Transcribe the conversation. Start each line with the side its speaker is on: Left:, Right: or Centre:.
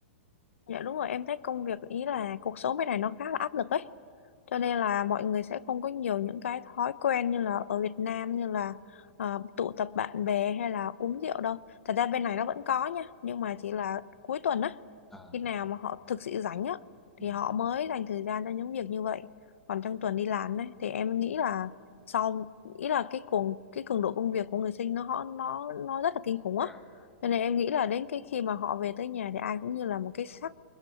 Left: Dạ đúng rồi, em thấy công việc ý là cuộc sống bên này nó khá là áp lực ấy. Cho nên là mọi người sẽ không có nhiều những cái thói quen như là ở Việt Nam như là ờ, tụ tập bạn bè hay là uống rượu đâu. Thật ra bên này nó vẫn có nha, nhưng mà chỉ là cuối tuần á,
Centre: À,
Left: khi nào mà họ thực sự rảnh á
Centre: ừ.
Left: thì họ mới dành thời gian cho những việc như vậy. Còn trong tuần đi làm đấy thì em nghĩ là sau ý là cái cường cái cường độ công việc của người sinh nó nó nó rất là kinh khủng
Centre: à,
Left: á cho nên em nghĩ là đến cái khi mà họ về tới nhà thì ai cũng như là một cái xác